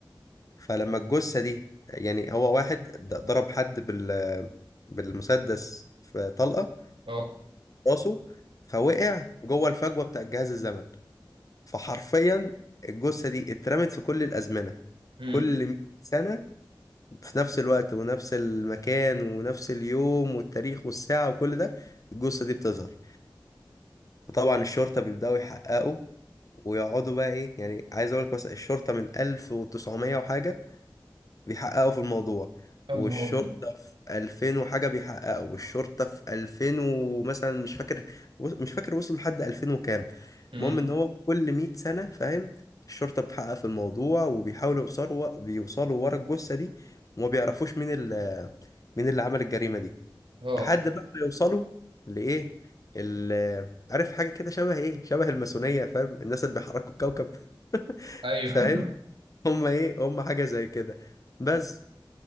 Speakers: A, on the left; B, on the right.
A: فلما الجثة دي يعني هو واحد د- ضرب حد بال بالمسدس في طلقة
B: اه
A: راسه فوقع جوه الفجوة بتاع الجهاز الزمن فحرفيا الجثة دي اترمت في كل الأزمنة
B: امم
A: كل 100 سنة في نفس الوقت ونفس المكان ونفس اليوم والتاريخ والساعة وكل ده الجثة دي بتظهر وطبعا الشرطة بيبدأوا يحققوا ويقعدوا بقى ايه يعني عايز اقول لك مثلا الشرطة من 1900 وحاجة بيحققوا في الموضوع
B: يا
A: والشرطة
B: نهار ابيض
A: في 2000 وحاجة بيحققوا والشرطة في 2000 ومثلا مش فاكر وص- مش فاكر وصل لحد 2000 وكام
B: امم
A: المهم ان هو كل 100 سنة فاهم الشرطة بتحقق في الموضوع وبيحاولوا يوصلوا بيوصلوا ورا الجثة دي وما بيعرفوش مين ال مين اللي عمل الجريمة دي
B: اه
A: لحد بقى ما يوصلوا لإيه ال عارف حاجة كده شبه إيه شبه الماسونية فاهم الناس اللي بيحركوا الكوكب <laughs>
B: ايوه
A: فاهم
B: <laughs>
A: هم إيه هم حاجة زي كده بس